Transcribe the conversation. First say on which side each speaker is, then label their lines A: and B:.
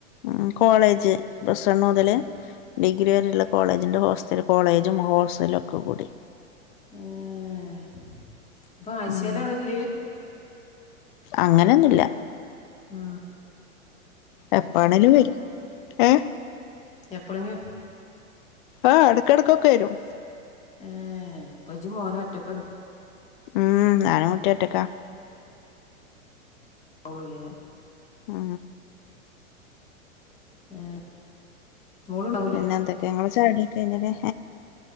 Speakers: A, on the left (about 40°); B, on the left (about 15°).
A: ഉ കോളേജ് പ്ലസവൺ മുതല്
B: ആ
A: ഡിഗ്രി വരെയട്ടുള്ള കോളേജിന്റെ ഹോസ് സ്ഥ കോളേജും ഹോസ്റ്റലും ഒക്കെ കൂടി
B: എ പ്പൊ ആഴച്ചാലാവരല്
A: ഉം അങ്ങനെയൊന്നുല്ല
B: ആ
A: എപ്പാണലും വരും ഏ
B: എപ്പോളങ്കിങ്ക
A: ആ ഇടക്കടക്കൊക്കെ വരും
B: ഏ അപ്പം ഇജ്ജ് മോനെ ഒറ്റയ്ക്ക്
A: ഉം അന്നൂറ്റി എട്ടക്കാ
B: കൗളലെ
A: ആ
B: ഏ മോളുണ്ടാവൂലേ
A: പിന്നെ എന്തൊക്കെ ങ്ങള് ചായ ടിക്കെ കയിഞിലെ